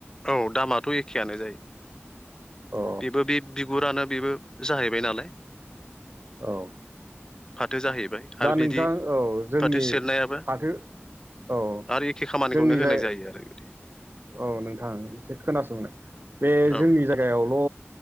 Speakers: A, on the left; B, on the right.
A: औ दामाथ' एखेयानो जायो
B: औ
A: बेबो बे गुरानो बेबो जाहैबाय नालाय
B: औ
A: फाथो जाहैबाय
B: दा
A: आरो
B: नोंथां
A: बिदि
B: औ जोंनि
A: फाथो सेरनायाबो
B: फाथो औ
A: आरो एखे खामानिखौनो
B: जोंनि
A: होनाय
B: जाय
A: जायो आरो बिदि
B: औ नोंथां एसे खोनासंनो बे
A: औ
B: जोंनि
A: नोंथां
B: जायगायाव ल'